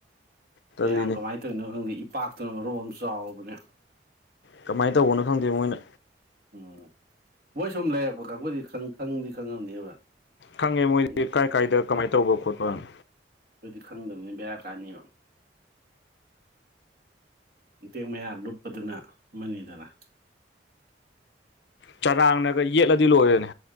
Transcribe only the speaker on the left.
ꯇꯜꯂꯤꯅꯤ
ꯀꯃꯥꯏꯟ ꯇꯧꯕꯅꯣ ꯈꯪꯗꯦ ꯃꯣꯏꯅ
ꯈꯪꯉꯦ ꯃꯣꯏꯗꯤ
ꯀꯥꯏ ꯀꯥꯏꯗ ꯀꯃꯥꯏ ꯇꯧꯕ ꯈꯣꯠꯄꯅ
ꯆꯔꯥꯡꯅꯒ ꯌꯦꯠꯂꯗꯤ ꯂꯣꯏꯔꯦꯅꯦ